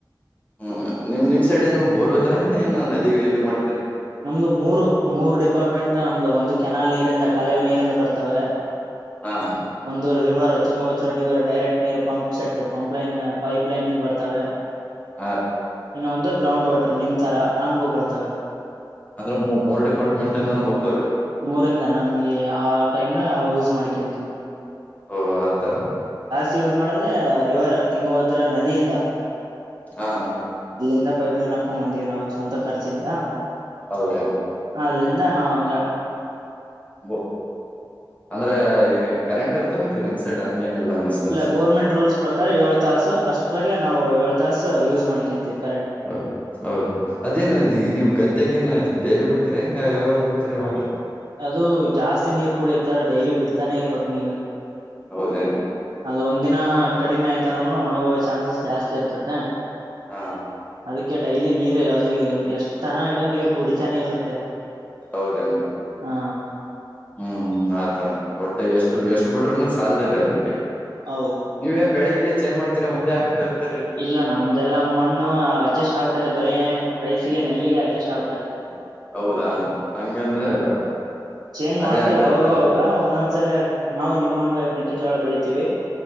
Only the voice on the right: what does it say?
ನಮ್ದು ಮೂರು ಮೂರು ಡಿಪಾರ್ಟ್ಮೆಂಟ್ ನಮ್ದು ಒಂದು ಕೆನಾಲ್ ನೀರಿಂದ ಕಲೆವು ನೀರಿಂದ ಬರ್ತವೆ
ಒಂದು river Tungabhadra river direct near pump set pump line pipe ಲೈನ್ಂದ ಬರ್ತವೆ
ಇನ್ನೊಂದು ಗ್ರೌಂಡ್ ವಾಟರ್ ನಿಮ ತರ ಹಂಗು ಬರ್ತವೆ
ಮೂರಿಂದ ನಮ್ಗೆ ಆ ಟೈಮನಾ ಯವಾಗ ಯಸ್ ಮಾಡಿಕ ಅಂತಿವಿ
ಚೋಸ್ ಮಾಡ್ರೆ ರಿವರ್ ತುಂಗವರ್ಧನ ನದಿಯಿಂದ
ಎಂದ ಪೈಪ್ಲೈನ್ ಹಾಕೊಂಡ್ ಬಂದೀಿವವಿ ನಾವು ಸ್ವಂತ ಖರ್ಚಿಂದ
ಅಲ್ಲಿಂದ ನಾವಂಗ
ಇಲ್ಲ ಗೋರ್ಮೆಂಟ್ ರೂಲ್ಸ್ ಪ್ರಕಾರ ಏಳ್ ತಾಸ ಅಷ್ಟ್ರಗೆ ನಾವು ಏಳ್ ತಾಸ ಯೂಸ್ ಮಾಡ್ಕಕಂತೀವಿವಿ
ಅದು ಜಾಸ್ತಿ ನೀರ್ ಕುಡಿಯತ್ತಾರ ಡೈಲಿ ಬಿಡ್ತಾನೆ ಇರ್ಬೇಕಕ್ ನೀರ್
ಅದು ಒಂದ ದಿನ ಕಡಿಮೆ ಆಯ್ತ ಅಂದ್ರಗೂ ಒಣ ಹೋಗ್ವಾ ಚಾನ್ಸಸ್ ಜಾಸ್ತಿ ಇರ್ತತೆ
ಅದಕ್ಕೆ ಡೈಲಿ ನೀರ್ ಅದು ಎಷ್ಟ್ ತನ ಇಡೋ ನೀರ್ ಕುಡಿತಾನೆ ಇರ್ತತ್ತೆ
ಹಾ
ಹೌದು
ಇಲ್ಲ ನಮ್ದೆಲ್ಲಾ ಮಣ್ಣು ಅಡ್ಜಸ್ಟ್ ಆಗ್ಬಿಟ್ಟತೆ ಬರೀ ರೈಸಗೆ ನೆಲ್ಲಿಗೆ ಅಡ್ಜಸ್ಟ್ ಆಗ್ಬಿಟ್ಟತ್ತತೆ
ಚೇಂಜ್
ಮಾಡ್ತಿೀವಿ
ಅವಾಗವಾಗ ಒಂದೊಂದ್ಸಲ ನಾವು ನಿಮ್ಮಂಗ ಮೆಕ್ಕೆಜೋಳ ಬೆಳಿತೀವಿ